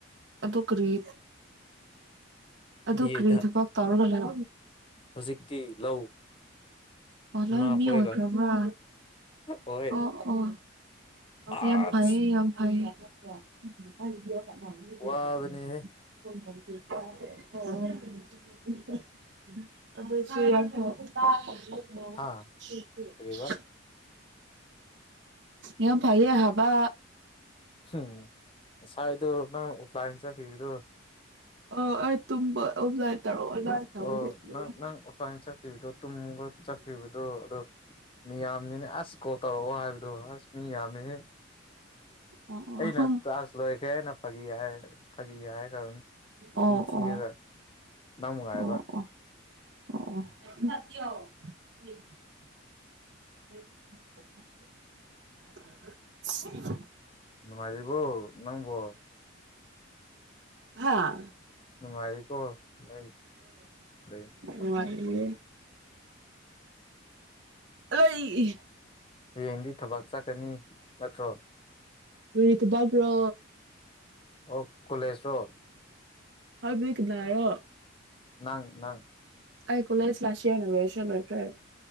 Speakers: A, on the right (about 60°); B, on the left (about 25°).
A: ꯑꯗꯨ ꯀꯔꯤ ꯑꯗꯨ
B: ꯕꯤ
A: ꯀꯔꯤ
B: ꯑꯦꯗ
A: ꯊꯕꯛ ꯇꯥꯎꯔꯒ ꯂꯩ
B: ꯍꯧꯖꯤꯛꯇꯤ ꯂꯧ
A: ꯑꯣ ꯂꯧ
B: ꯏꯃꯥ
A: ꯃꯤ
B: ꯈꯣꯏꯒ
A: ꯑꯣꯏꯈ꯭ꯔꯕ꯭ꯔꯥ
B: ꯍꯣꯏ
A: ꯑꯣ ꯑꯣ
B: ꯑꯁ
A: ꯌꯥꯝ ꯐꯥꯏꯌꯦ ꯌꯥꯝ ꯐꯥꯏ <unintelligible>
B: ꯋꯥꯕꯅꯦꯍꯦ
A: <unintelligible> <unintelligible>
B: ꯍꯥ ꯀꯔꯤꯕ
A: ꯌꯥꯝ ꯐꯩꯌꯦ ꯍꯕꯥ
B: ꯎꯝ ꯉꯁꯥꯏꯗꯣ ꯅꯪ ꯑꯣꯐꯂꯥꯏꯟ ꯆꯠꯈꯤꯕꯗꯣ
A: ꯑꯣ ꯑꯩ ꯇꯨꯝꯕ ꯑꯣꯐꯂꯥꯏꯟ ꯇꯧꯔꯣ ꯑꯣꯟꯂꯥꯏꯟ ꯇꯧꯕꯗꯤ
B: ꯑꯣ
A: ꯀꯔꯤꯔ
B: ꯅꯪ ꯅꯪ ꯑꯣꯐꯂꯥꯏꯟ ꯆꯠꯈꯤꯕꯗꯣ ꯇꯨꯡꯒ ꯆꯠꯈꯤꯕꯗꯣ ꯑꯗꯣ ꯃꯤ ꯌꯥꯝꯅꯤꯅꯦ ꯑꯁ ꯀꯣꯜ ꯇꯧꯔꯛꯑꯣ ꯍꯥꯏꯕꯗꯣ ꯑꯁ ꯃꯤ ꯌꯥꯝꯃꯦꯍꯦ
A: ꯑꯣ
B: ꯑꯩꯅ
A: ꯑꯣ
B: ꯇꯥꯁ ꯂꯣꯏꯈ꯭ꯔꯦ ꯍꯥꯏꯅ ꯐꯥꯒꯤ ꯍꯥꯏ ꯐꯥꯒꯤ ꯍꯥꯏꯈꯔꯕꯅꯤ ꯏꯆꯤꯟ
A: ꯑꯣ
B: ꯊꯤꯔꯒ
A: ꯑꯣ ꯑꯣ
B: ꯅꯪ ꯅꯨꯡꯉꯥꯏꯕ
A: ꯑꯣ ꯑꯣ ꯑꯣ <unintelligible> <inaudible>
B: ꯅꯨꯉꯥꯏꯔꯤꯕꯣ ꯅꯪꯝꯕꯣ
A: ꯍꯥꯥ
B: ꯅꯨꯡꯉꯥꯏꯔꯤꯀꯣ <unintelligible>
A: ꯅꯨꯉꯥꯏꯔꯤꯌꯦ <unintelligible>
B: ꯍꯌꯦꯡꯗꯤ ꯊꯕꯛ ꯆꯠꯀꯅꯤ ꯅꯠꯇ꯭ꯔꯣ
A: ꯀꯔꯤ ꯊꯕꯥꯛꯔꯣ
B: ꯑꯣ ꯀꯣꯂꯦꯖꯔꫭ
A: ꯍꯥꯏꯕꯗꯤ ꯀꯅꯥꯔꯣ
B: ꯅꯪ ꯅꯪ
A: ꯑꯩ ꯀꯣꯂꯦꯖ ꯂꯥꯁ ꯏꯌꯥꯔꯅ ꯒ꯭ꯔꯦꯖ꯭ꯋꯦꯁꯟ ꯂꯣꯏꯈ꯭ꯔꯦ